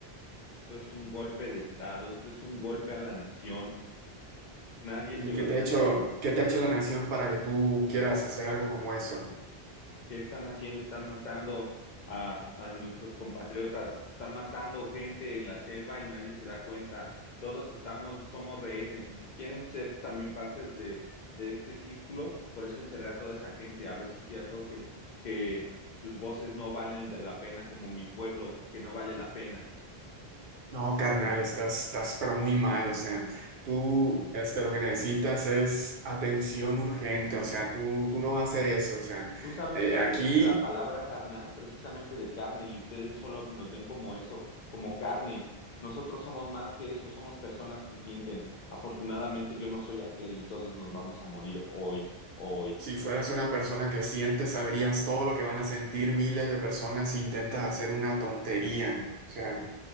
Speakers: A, on the left; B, on the right.
A: esto es un golpe de Estado, esto es un golpe a la nación, nadie
B: ¿Y
A: se
B: qué
A: va,
B: te ha hecho, qué te ha hecho la nación para que tú quieras hacer algo como eso?
A: ¿Qué están haciendo? Están matando a, a nuestros compatriotas, están matando gente en la selva y nadie se da cuenta. Todos estamos, somos rehenes y si quieren ser también partes de, de este círculo, por eso encerré a toda esa gente, a ver si es cierto que, que sus voces no valen de la pena como mi pueblo, que no vale la pena.
B: No, carnal, estás, estás pero muy mal. O sea, tú, este, lo que necesitas es atención urgente. O sea, tú, tú no vas a hacer eso. O sea,
A: Tú sabes
B: eh,
A: de dónde
B: aquí.
A: viene la palabra carnal, precisamente de carne, y ustedes solo nos ven como eso, como carne. Nosotros somos más que eso, somos personas que sienten. Afortunadamente yo no soy aquel y todos nos vamos a morir hoy, hoy.
B: Si fueras una persona que siente, sabrías todo lo que van a sentir miles de personas si intentas hacer una tontería. O sea,